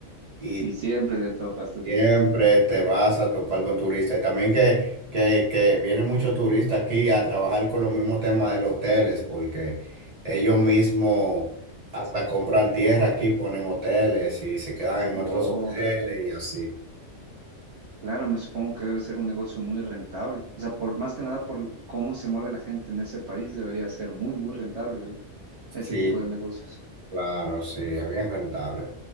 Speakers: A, on the right (about 35°); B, on the right (about 65°).
A: y
B: Y siempre de topas turismo.
A: Siempre te vas a topar con turistas y también que, que, que vienen muchos turistas aquí a trabajar con los mismos temas de los hoteles porque ellos mismos hasta compran tierra aquí, ponen hoteles y se quedan
B: Wow.
A: en otros hoteles y así.
B: Claro, me supongo que debe ser un negocio muy rentable. O sea, por más que nada por cómo se mueve la gente en ese país, debería ser muy, muy rentable el- ese
A: Sí,
B: tipo de negocios.
A: claro, sí, es bien rentable.